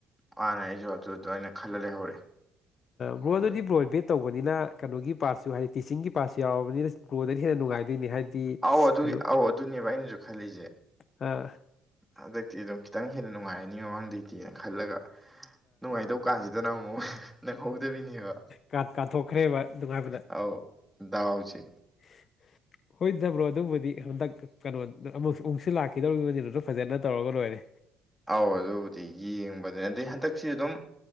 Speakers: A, in the centre; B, on the left.
A: ꯃꯥꯅꯦ ꯑꯩꯁꯨ ꯑꯗꯨꯗꯣ ꯑꯩꯅ ꯈꯜꯂ ꯂꯩꯍꯧꯔꯦ
B: ꯕ꯭ꯔꯣ
A: ꯑꯗꯨ
B: ꯑꯗꯨꯗꯤ ꯕ꯭ꯔꯣ ꯕꯦꯠ ꯇꯧꯕ ꯅ ꯀꯩꯅꯣꯒꯤ ꯄꯥꯔꯠꯁꯨ ꯍꯥꯏꯗꯤ ꯇꯤꯆꯤꯡꯒꯤ ꯄꯥꯔꯠꯁꯨ ꯌꯥꯎꯔꯕꯅꯤꯅ ꯕ꯭ꯔꯣꯗꯒꯤ ꯍꯦꯟꯅ ꯅꯨꯡꯉꯥꯏꯗꯣꯏꯅꯤ ꯍꯥꯏꯗꯤ
A: ꯑꯥꯎ ꯑꯗꯨꯒꯤ
B: ꯀꯩꯅꯣ
A: ꯑꯧ ꯑꯗꯨꯅꯦꯕ ꯑꯩꯅꯁꯨ ꯈꯜꯂꯤꯁꯦ
B: ꯑꯥ
A: ꯍꯟꯗꯛꯇꯤ ꯑꯗꯨꯝ ꯈꯤꯇꯪ ꯍꯦꯟꯅ ꯅꯨꯡꯉꯥꯏꯔꯅꯤ ꯃꯃꯥꯡꯗꯩꯗꯤꯅ ꯈꯜꯂꯒ ꯅꯨꯡꯉꯥꯏꯗꯧ ꯀꯥꯟꯁꯤꯗꯅ ꯑꯃꯨꯛ ꯅꯪꯍꯧꯗꯕꯤꯅꯦꯕ
B: ꯀꯥꯟ ꯀꯥꯟꯊꯣꯛꯈ꯭ꯔꯦꯕ ꯅꯨꯡꯉꯥꯏꯕꯗ
A: ꯑꯧ ꯗꯥꯎꯁꯦ
B: <inaudible> ꯍꯣꯏꯗ ꯕ꯭ꯔꯣ ꯑꯗꯨꯕꯨꯗꯤ ꯍꯟꯗꯛ ꯀꯩꯅꯣ ꯑꯃꯨꯛ ꯑꯃꯨꯛꯁꯨ ꯂꯥꯛꯈꯤꯗꯧꯔꯤꯕꯅꯤꯅ ꯗꯨꯝ ꯐꯖꯅ ꯇꯧꯔꯒ ꯂꯣꯏꯔꯦ
A: ꯑꯧ ꯑꯗꯨꯕꯨꯗꯤ ꯌꯦꯡꯕꯅꯦ ꯑꯗꯩ ꯍꯟꯗꯛꯁꯤ ꯑꯗꯨꯝ